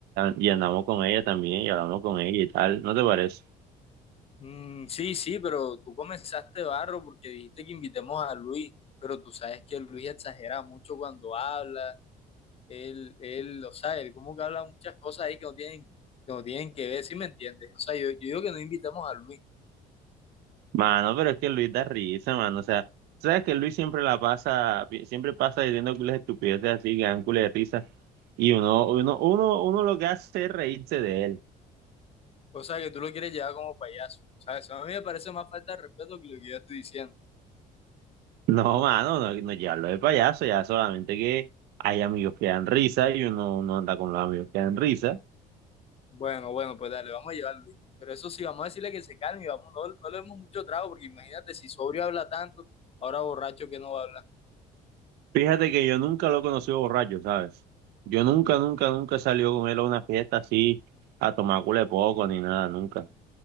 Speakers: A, on the right; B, on the left.
A: y andamos con ella también y hablamos con ella y tal. ¿No te parece?
B: Mm, sí, sí, pero tú comenzaste barro porque dijiste que invitemos a Luis, pero tú sabes que Luis exagera mucho cuando habla, él, él, o sea, él como que habla muchas cosas ahí que no tienen, que no tienen que ver, ¿sí me entiendes? O sea, yo, yo digo que no invitemos a Luis,
A: Mano, pero es que Luis da risa, mano. O sea, sabes que Luis siempre la pasa, siempre pasa diciendo cules de estupideces así, que dan cules de risa. Y uno, uno, uno, uno lo que hace es reírse de él.
B: o sea, que tú lo quieres llevar como payaso, o sea, eso a mí me parece más falta de respeto que lo que yo estoy diciendo.
A: No, mano, no, no llevarlo de payaso, ya solamente que hay amigos que dan risa y uno no anda con los amigos que dan risa.
B: Bueno, bueno, pues dale, vamos a llevar a Luis, pero eso sí, vamos a decirle que se calme y vamos, no, no le demos mucho trago porque imagínate si sobrio habla tanto, ahora borracho que no va a hablar.
A: Fíjate que yo nunca lo he conocido borracho, ¿sabes? Yo nunca, nunca, nunca salió con él a una fiesta así a tomar culo de poco ni nada, nunca.